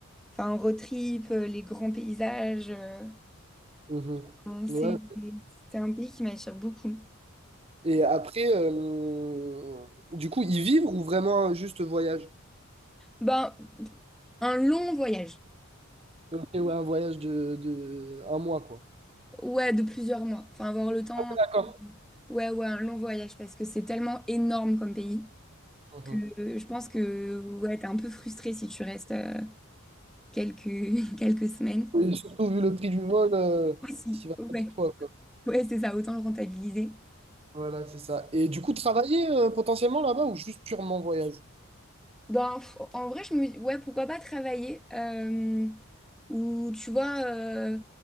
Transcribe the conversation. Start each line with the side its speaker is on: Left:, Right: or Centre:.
Centre: enfin, road trip, euh, les grands paysages. euh,
Right: Mhm.
Centre: bon, c'est,
Right: Ouais,
Centre: c'est un pays qui m'attire beaucoup.
Right: Et après, euh, du coup, y vivre ou vraiment euh, juste voyage?
Centre: Ben, un long voyage.
Right: Donc, euh, ouais, un voyage de, de un mois, quoi.
Centre: Ouais, de plusieurs mois. Enfin, avoir le temps...
Right: Ah, ouais, D'accord.
Centre: Ouais, ouais, un long voyage parce que c'est tellement énorme comme pays
Right: Mhm.
Centre: que euh, je pense que ouais, t'es un peu frustré si tu restes. euh, quelques, <laughs> quelques semaines.
Right: Et surtout, vu le prix du vol, euh,
Centre: Aussi.
Right: t'y vas
Centre: Ouais,
Right: pas deux fois, quoi.
Centre: ouais, c'est ça, autant le rentabiliser.
Right: Voilà, c'est ça. Et du coup, travailler euh, potentiellement là-bas ou juste purement voyage?
Centre: Ben, pff, en vrai, je me dis, ouais, pourquoi pas travailler euh, ou tu vois, euh,